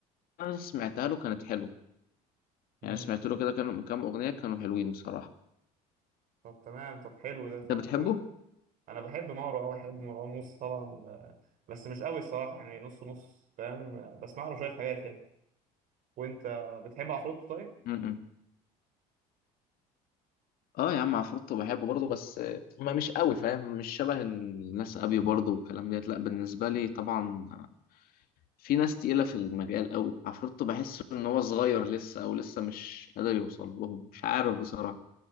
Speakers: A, on the left; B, on the right.
A: أنا سمعتها له كانت حلوة
B: مم.
A: يعني سمعت له كده كانوا كام اغنيه كانوا حلوين بصراحه
B: طب تمام طب حلو ده
A: انت
B: طب
A: بتحبه
B: آه، انا بحب مارو اه بحب مروان موسى طبعا آه، بس مش قوي الصراحة يعني نص نص فاهم آه، بسمع له شوية حاجات يعني وانت بتحب عفروتو طيب؟
A: م-م. اه يا عم عفروتو بحبه برضه بس آه، ما مش قوي فاهم مش شبه الناس ابيو برضه والكلام ديت لا بالنسبه لي طبعا آه، في ناس تقيله في المجال قوي عفروتو بحس ان هو صغير لسه او لسه مش قادر يوصل لهم مش عارف بصراحه